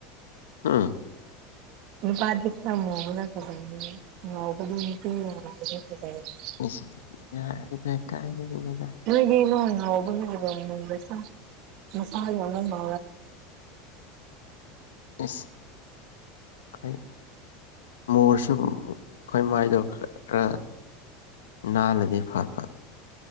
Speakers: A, on the left; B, on the right.
A: ꯎꯝ
B: ꯅꯨꯄꯥꯗꯤ ꯈꯃꯣ ꯅꯗ <unintelligible>
A: ꯑꯣ ꯌꯥ ꯏꯗ ꯀꯥꯏꯅꯗ
B: ꯅꫭꯏꯗꯤꯃ ꯑꯣꯅꯦꯁ ꯃꯁꯥꯟꯅ ꯃꯥ
A: ꯏꯁ ꯍꯣꯏ ꯃꯣꯔꯁꯨ ꯑꯩꯈꯣꯏ ꯃꯥꯏꯗꯣ ꯈꯔ ꯅꯥꯜꯂꯗꯤ ꯐꯕ